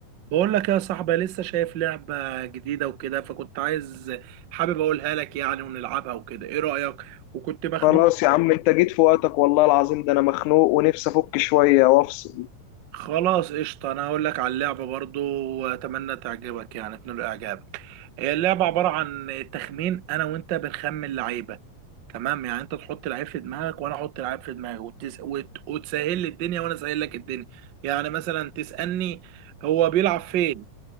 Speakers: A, on the right; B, on the left.
A: بقول لك يا صاحبي لسه شايف لعبة جديدة وكده فكنت عايز حابب اقولها لك يعني ونلعبها وكده ايه رأيك وكنت مخنوق
B: خلاص يا عم انت جيت في وقتك والله العظيم ده انا مخنوق ونفسي افك شويه وافصل
A: خلاص قشطة انا هقول لك على اللعبة برضو واتمنى تعجبك يعني تنال اعجابك هي اللعبة عبارة عن تخمين انا وانت بنخمن لعيبة تمام يعني انت تحط لعيب في دماغك وانا احط لعيب في دماغي وتس... وت... وتسهل لي الدنيا وانا اسهل لك الدنيا يعني مثلا تسألني هو بيلعب فين